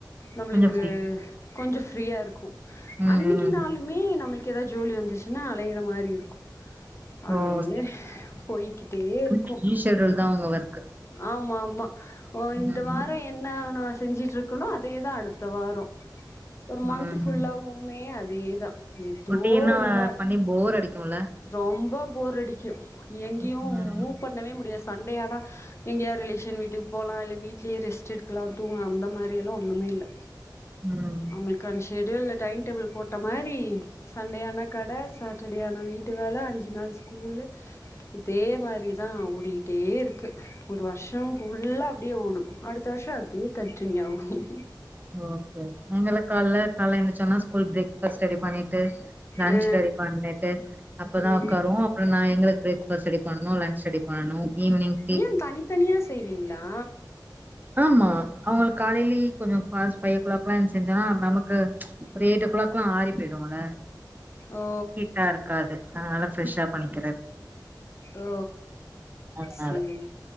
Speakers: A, on the left; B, on the right.
A: நம்மளுக்கு
B: கொஞ்சம் ஃப்ரீ.
A: கொஞ்சோ ஃப்ரீயா இருக்கும்
B: ம்.
A: அன்னைக்கி
B: ம்.
A: நாளுமே ந ம்மளுக்கு ஏதோ ஜோலி வந்துச்சுன்னா அலையிற மாறி இருக்கும் அப்டியே
B: ஓ! சரி.
A: போய்கிட்டே
B: கொஞ்சம்
A: இருக்கும்
B: பிஸி ஷெட்யூல் தான் உங்க ஒர்க்.
A: ஆமா ஆமா ஓ இந்த
B: ம்.
A: வாரம் என்னா நா செஞ்சுட்டு இருக்கனோ அதேதா அடுத்த வாரோ ஒரு மந்த்
B: ம்.
A: ஃபுல்லாவுமே அதேதா ஏதோ
B: ரொட்டீனா
A: ஒரு நாள்
B: பண்ணி போர் அடிக்கும்ல?
A: ரொம்ப போர் அடிக்கும் எங்கையு
B: ம்.
A: மூவ் பண்ணவே முடியாது சண்டே ஆனா எங்கயா ரிலேஷன் வீட்டுக்கு போலா இல்ல வீட்லியே ரெஸ்ட் எடுக்கலா தூங்கலா அந்த மாறியெல்லா ஒன்னுமே இல்ல
B: ம்.
A: அவுங்களுக்கு அந்த ஷெடியூல்ல டைம் டேபிள் போட்ட மாறி சண்டே ஆனா கட சாட்டர்டே ஆனா வீட்டு வேல அஞ்சு நாள் ஸ்கூல்லு இதே மாறிதா ஓடிட்டே இருக்கு ஒரு வர்ஷோ ஃபுல்லா அப்டியே ஓடும் அடுத்த வருஷம் அதே கண்டினியூ ஆகும்
B: ஓகே ஓகே நீங்கல்லா கால்ல கால்ல எந்திரிச்ச உட்னே ஸ்கூல் பிரேக்ஃபாஸ்ட் ரெடி பண்ணிட் டு லன்ச்
A: ஆ
B: ரெடி பண்ணிட்டு அப்பதா
A: ம்
B: உக்காருவோ அப்புறோ நா எங்களுக்கு பிரேக்ஃபாஸ்ட் ரெடி பண்ணனும் லன்ச் ரெடி பண்ணனும் ஈவ்னிங்
A: ஏ தனித்தனியா செய்வீங்ளா
B: ஆமா அவங்களுக்கு காலைலியே கொஞ்சோ ஃபாஸ்ட் ஃபைவ் ஓ கிளாக்லா எஞ்சி செஞ்சோன்னா நமக்கு ஒரு எயிட் ஓ கிளாக்லா ஆறிப்போயிடுல
A: ஓ
B: ஹீட்டா இருக்காது அதனால ஃப்ரெஷ்ஷா பண்ணிக்கிறது
A: ஓ
B: அதனால
A: சேரி